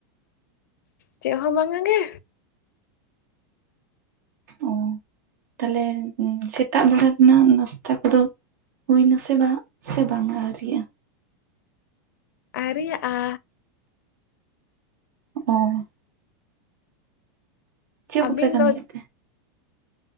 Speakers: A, on the left; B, on the right.
A: ᱪᱮᱫ ᱦᱚᱸ ᱵᱟᱝᱼᱟ ᱜᱮ᱾
B: ᱚ ᱛᱟᱦᱚᱞᱮ ᱥᱮᱛᱟᱜ ᱵᱮᱲᱟ ᱨᱮᱱᱟᱜ ᱱᱟᱥᱛᱟ ᱠᱚᱫᱚ ᱦᱩᱭᱮᱱᱟ ᱥᱮ ᱵᱟᱝ ᱥᱮ ᱵᱟᱝ-ᱟ ᱟᱹᱣᱨᱤᱜ-ᱟ?
A: ᱟᱭᱨᱤ ᱭᱟᱜ-ᱟ᱾
B: ᱚᱸ ᱪᱮᱫ
A: ᱟᱹᱵᱤᱱ
B: ᱠᱚᱯᱮ ᱠᱟᱹᱢᱤ
A: ᱫᱚ
B: ᱮᱫ ᱛᱮ?